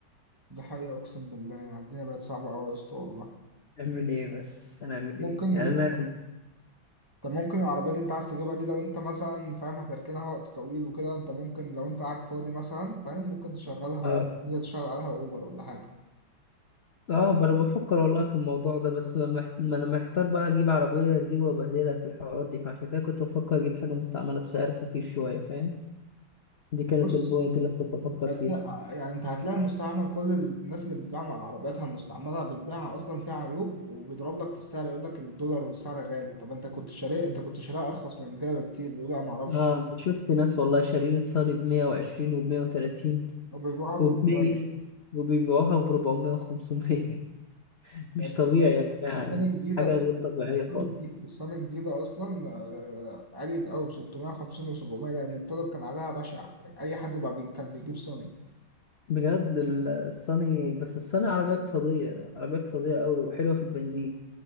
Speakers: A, on the right (about 20°); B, on the left (about 55°).
A: دي حقيقة أقسم بالله يعني الدنيا بقت صعبة أوي يا اسطى والله
B: أعمل إيه بس أنا أعمل
A: ممكن
B: إيه يعني أنا
A: طب ممكن العربية اللي انت عايز تجيبها دي لو انت مثلا فاهم هتركنها وقت طويل وكده انت ممكن لو انت قاعد فاضي مثلا فاهم ممكن تشغلها
B: آه
A: تنزل تشغل عليها اوبر ولا حاجة
B: آه أنا بفكر والله في الموضوع ده بس ما, محت... ما أنا محتار بقى أجيب عربية زيرو وأبهدلها في الحوارات دي فعشان كده كنت بفكر أجيب حاجة مستعملة بسعر خفيف شوية فاهم دي كانت
A: بص
B: البوينت اللي أنا كنت بفكر
A: انت هتلاقي-
B: فيها
A: يعني انت هتلاقي مستعمل كل الناس اللي بتبيع مع عربياتها مستعملة بتبيعها اصلا فيها عيوب وبيضرب لك في السعر يقول لك الدولار والسعر غالي طب انت كنت شاريه انت كنت شاريها ارخص من كده بكتير يقول لا ما اعرفش
B: اه شفت ناس والله شارين الصيني ب 120 وب 130
A: وبيبيعها ب
B: وب
A: 400
B: 100 وبيبيعوها ب 400 و500 <laughs> مش
A: يعني
B: طبيعي يا جماعة
A: سنة
B: يعني
A: جديدة
B: حاجة غير طبيعية
A: السنة
B: خالص
A: الجديدة السنة الجديدة أصلا آه، عليت أوي ب 650 و700 لأن الطلب كان عليها بشع أي حد بقى بي كان بيجيب سوني
B: بجد ال- الصيني بس الصيني عربية اقتصادية عربية اقتصادية قوي وحلوة في البنزين